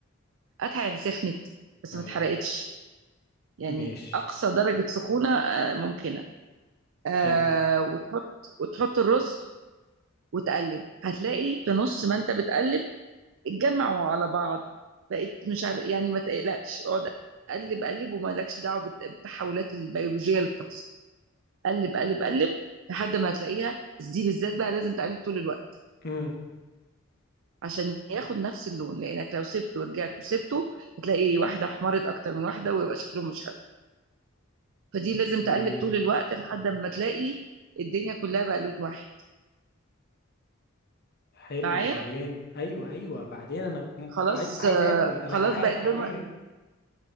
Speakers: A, on the right (about 65°); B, on the left (about 50°).
A: قادحة يعني سخنت بس
B: طيب
A: ما اتحرقتش يعني
B: ماشي
A: أقصى درجة سخونة آه، ممكنة آه
B: حلو
A: وتحط وتحط الرز وتقلب هتلاقي في نص ما انت بتقلب اتجمعوا على بعض بقيت مش عارف يعني ما تقلقش اقعد اقلب اقلب ومالكش دعوه بالت- بالتحولات البيولوجيه اللي بتحصل قلب قلب قلب لحد ما هتلاقيها بس دي بالذات بقى لازم تقلب طول الوقت
B: امم
A: عشان ياخد نفس اللون لانك لو سبته ورجعت وسبته هتلاقي واحده احمرت اكتر من واحده ويبقى شكلهم مش حلو فدي
B: اوكي
A: لازم تقلب طول الوقت لحد ما تلاقي الدنيا كلها بقى لون واحد
B: حلو
A: معايا
B: وبعدين ايوه ايوه بعدين انا م- م-
A: خلاص
B: عاي- عايز
A: آه،
B: اكل انا
A: خلاص
B: جعان
A: بقت
B: حاليا
A: لون